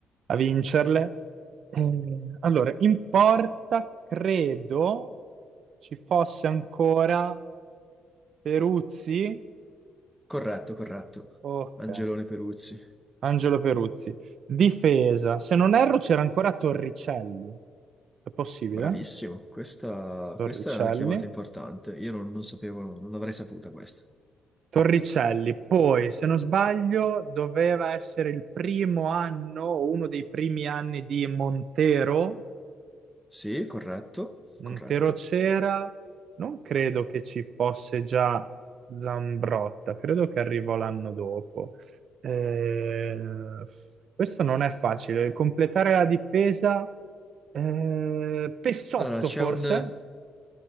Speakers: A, on the right (about 60°); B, in the centre.
A: a vincerle. Eh, allora, in porta credo ci fosse ancora Peruzzi,
B: Corretto, corretto.
A: ok,
B: Angelone Peruzzi.
A: Angelo Peruzzi. Difesa, se non erro c'era ancora Torricelli, è possibile?
B: Bravissimo, questa,
A: Torricelli.
B: questa è una chiamata importante. Io non, non sapevo, non avrei saputa questa.
A: Torricelli, poi se non sbaglio doveva essere il primo anno, o uno dei primi anni di Montero,
B: Sì, corretto,
A: Montero
B: corretto.
A: c'era, non credo che ci fosse già Zambrotta, credo che arrivò l'anno dopo. Eh, questo non è facile, completare la difesa, eh, Pessotto
B: Allora, c'è
A: forse,
B: un...